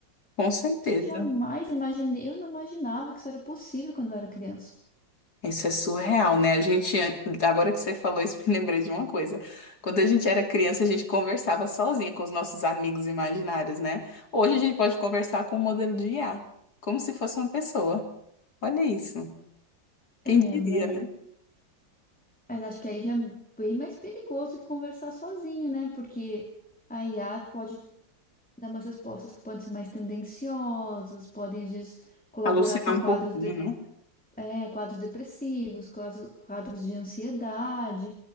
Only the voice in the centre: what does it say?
Isso eu jamais imaginei, eu não imaginava que isso era possível quando eu era criança.
É,
mas,
mas acho que aí já é bem mais perigoso que conversar sozinho, né? Porque a IA pode dar umas respostas que podem ser mais tendenciosas, podem, às vezes, colaborar
com
quadros,
de-
é, quadros depressivos, quadros, quadros de ansiedade,